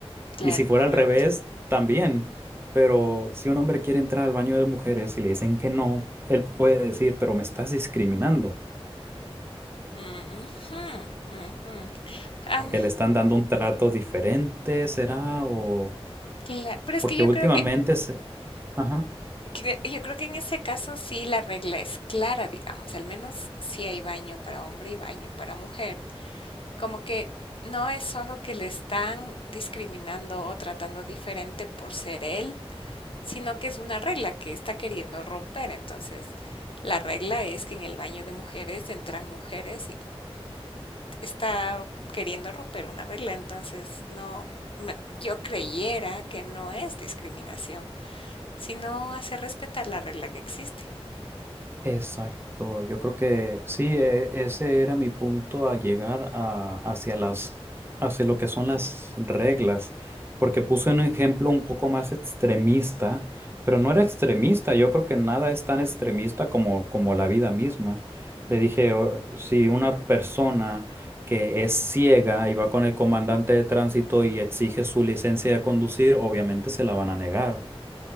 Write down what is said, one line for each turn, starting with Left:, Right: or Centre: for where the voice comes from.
Left: Claro,
Right: Y si fuera
Left: correcto.
Right: al revés, también. Pero si un hombre quiere entrar al baño de mujeres y le dicen que no, él puede decir, pero me estás discriminando,
Left: Mm, Ujú, ujú. Am,
Right: porque le están dando un trato diferente, ¿será? O
Left: cla- pero es
Right: porque
Left: que yo
Right: últimamente
Left: creo que,
Right: se... Ajá.
Left: que- yo creo que en ese caso sí la regla es clara, digamos, al menos si hay baño para hombre y baño para mujer, como que no es solo que le están discriminando o tratando diferente por ser él, sino que es una regla que está queriendo romper. Entonces, la regla es que en el baño de mujeres entran mujeres está queriendo romper una regla, entonces no, me- yo creyera que no es discriminación, sino hacer respetar la regla que existe.
Right: Exacto, yo creo que sí, e- ese era mi punto a llegar a, hacia las, hacia lo que son las reglas, porque puse un ejemplo un poco más extremista, pero no era extremista, yo creo que nada es tan extremista como, como la vida misma. Le dije, "O- si una persona que es ciega y va con el comandante de tránsito y exige su licencia de conducir, obviamente se la van a negar